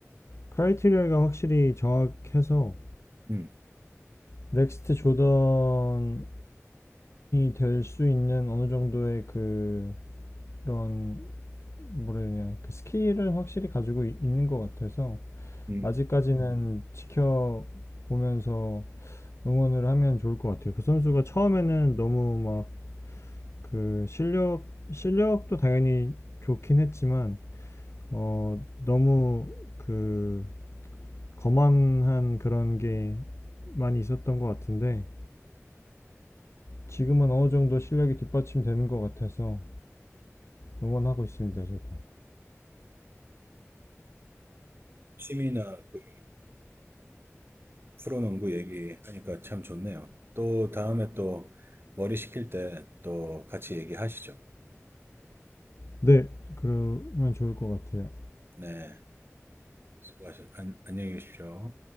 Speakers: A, on the left (about 60°); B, on the right (about 45°).
A: 크라이테리아가 확실히 정확해서
B: 음,
A: 넥스트 조던이 될 수 있는 어느 정도의 그 그런 뭐라 해야 되냐 그 스킬을 확실히 가지고 이- 있는 것 같아서
B: 음.
A: 아직까지는 지켜보면서 응원을 하면 좋을 것 같아요. 그 선수가 처음에는 너무 막 그 실력 실력도 당연히 좋긴 했지만 어, 너무 그 거만한 그런 게 많이 있었던 것 같은데 지금은 어느 정도 실력이 뒷받침되는 것 같아서 응원하고 있습니다, 저도.
B: 취미나 그 프로농구 얘기하니까 참 좋네요. 또 다음에 또 머리 식힐 때 또 같이 얘기하시죠.
A: 네, 그러면 좋을 것 같아요.
B: 네, 수고하셨, 안, 안녕히 계십시오.